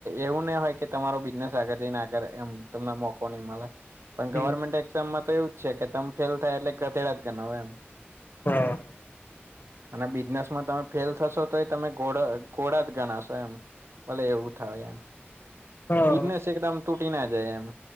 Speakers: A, on the right; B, on the left.
A: એવું ને હોય કે તમારો બિઝનેસ આગળ જઈને આગળ એમ તમને મોકો નહી મળે પણ
B: હમ
A: ગવર્મેન્ટ એક્ઝામમાં તો એવું જ છે કે તમે ફેલ થાય એટલે ગધેડા જ ગના હોય એમ
B: હા.
A: અને બિઝનેસ માં તમે ફેલ થશો તો એ તમે ઘોડા ઘોડા જ ગણાશો એમ. ભલે એવું થાય એમ
B: હા
A: બિઝનેસ એકદમ તૂટી ના જાય એમ